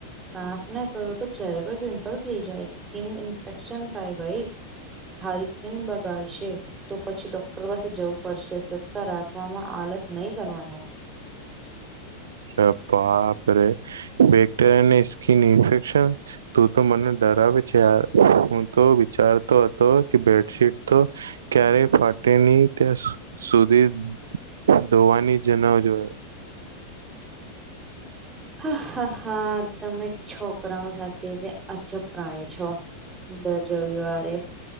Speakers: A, on the right; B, on the right.
A: સાફ ની કરો તો ચેરેબલ પિમ્પલ થઈ જાય સ્કીિન ઇન્ફેક્શન થાય ભાઈ થારી સ્કીિન બગાડશે તો પછી ડોક્ટર પાસે જવું પડશે સ્વચ્છતા રાખવામાં અલગ બસ નહી કરવાનું
B: <inaudible> અરે બાપરે બેક્ટરિયાની સ્કીિન ઇન્ફેક્શન તું તો મને ડ રાવે છે યાર હું તો વિચારતો હતો કે બેડશીટ તો ક્યારે ફાટી ની ત્યાં સુધી ધોવાની જ ન જોયે
A: હા હા હા તમે છોકરાની સાચે જે અજબ પ્રાણી છો. દર રવિવારે